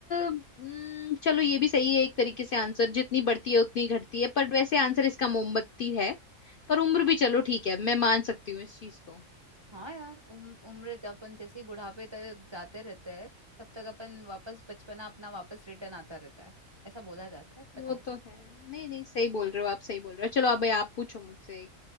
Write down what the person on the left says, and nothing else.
हम्म, चलो ये भी सही है एक तरीके से आंसर जितनी बढ़ती है उतनी घटती है पर वैसे आंसर इसका मोमबत्ती है पर उम्र भी चलो ठीक है मैं मान सकती हूँ इस चीज को
वो
तो है नहीं नहीं सही बोल रहे हो आप सही बोल रहे हो चलो अब आप पूछो मुझसे एक